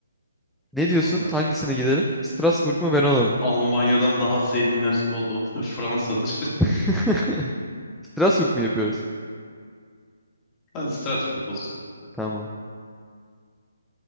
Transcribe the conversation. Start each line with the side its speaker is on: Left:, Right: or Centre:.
Centre: Ne
Left: ya
Centre: diyorsun?
Left: valla
Centre: Hangisine gidelim? Strasbourg mu Verona mı?
Left: Almanya'dan daha sevdiğim yer o, o <laughs> Fransa'dır. <laughs>
Centre: <laughs> Strasbourg mu yapıyoruz?
Left: Hadi Strasbourg olsun.
Centre: Tamam.